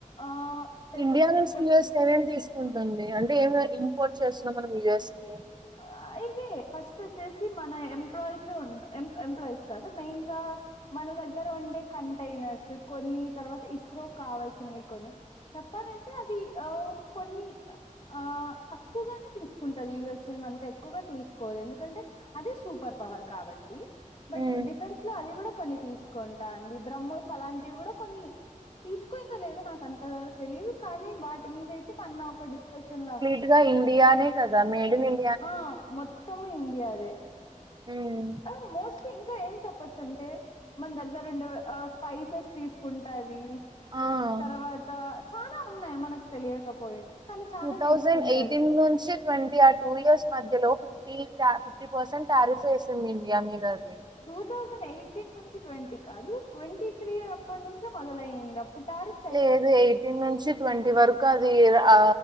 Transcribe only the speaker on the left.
ఆ పెరుగు
ఆ ఇది ఫస్ట్ వాచ్చేసి మన ఎంప్లాయిస్ ఉన్ ఎం ఎంప్లాయిస్ కాదు మెయిన్ గా మన దగ్గర ఉండే కంటైనర్స్ కొన్ని తర్వాత ఇస్రో కావాల్సినవి కొన్ని చెప్పాలంటే అవి ఆ కొన్ని ఆ తక్కువగానే తీసుకుంటారు యుఎస్ సేమ్ అంత ఎక్కువగా తీసుకోదు ఎందుకంటే అది సూపర్ పవర్ కాబట్ ట్టి బట్
డిఫెన్స్ లో అది కూడా కొన్ని తీసుకుంటా అండి బ్రహ్మోస్ అలాంటివి కూడా కొన్ని తీసుకొ ఇంకా లేదు నాకు అంతగా తెలిదు కానీ వాటి మీదైతే పన్నా ఒక డిస్కషన్ లా
ఆ మొత్తము ఇండియాదే
ఓ మోస్ట్లీ ఇంకా ఏం చెప్పొచ్చు అంటే మన దగ్గర ఉండే ఆ స్పైసెస్ తీసుకుంటా అవి
తర్వాత చానా ఉన్నాయ్ మనకు తెలియకపోయచ్చు కానీ చానా
తీసుకుంటది
టూ థౌజండ్ ఎయిటీన్ నుంచి ట్వంటీ కాదు ట్వంటీ త్రీ అప్పటి నుంచే మొదలైంది అప్పుడు టారిస్